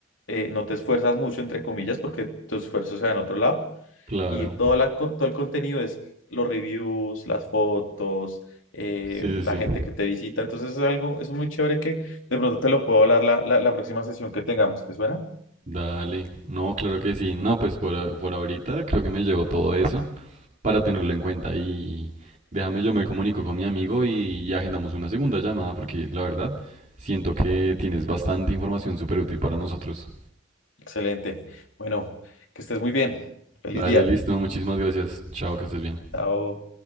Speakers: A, on the left; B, on the right.
A: eh, no te esfuerzas mucho entre comillas porque tu esfuerzo se va en otro lado
B: Claro.
A: y toda la co- todo el contenido es los reviews, las fotos, eh,
B: Sí,
A: la
B: sí,
A: gente
B: sí.
A: que te visita. Entonces es algo, es muy chévere que de pronto te lo puedo hablar la, la, la próxima sesión que tengamos. ¿Te suena?
B: Dale. No, claro que sí. No, pues por, a- por ahorita creo que me llevo todo eso para tenerlo en cuenta y déjame yo me comunico con mi amigo y, y agendamos una segunda llamada porque la verdad siento que tienes bastante información súper útil para nosotros.
A: Excelente. Bueno, que estés muy bien. Feliz
B: Dale,
A: día.
B: listo. Muchísimas gracias. Chao, que estés bien.
A: Chao.